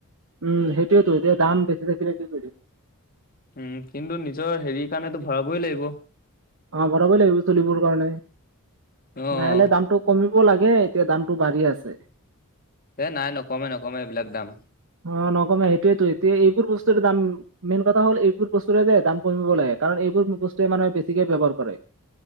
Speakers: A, on the right; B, on the left.
A: উম। সেইটোয়েতো এতিয়া দাম বেছি থাকিলে কি কৰিম।
B: উম, কিন্তু নিজৰ হেৰি কাৰণেতো ভৰাবই লাগিব।
A: অ', ভৰাবই লাগিব চলিবৰ কাৰণে।
B: অ',
A: লাহে-লাহে দামটো কমিব লাগে, এতিয়া দামটো বাঢ়ি আছে।
B: এ নাই নকমে, নকমে এইবিলাক দাম।
A: অ', নকমে সেইটোয়েতো এতিয়া এইবোৰ বস্তুৰে দাম মেইন কথা হ'ল, এইবোৰ বস্তুৰে যে দাম কমিব লাগে। কাৰণ এইবোৰ বস্তুৱে মানুহে বেছিকে ব্যৱহাৰ কৰে।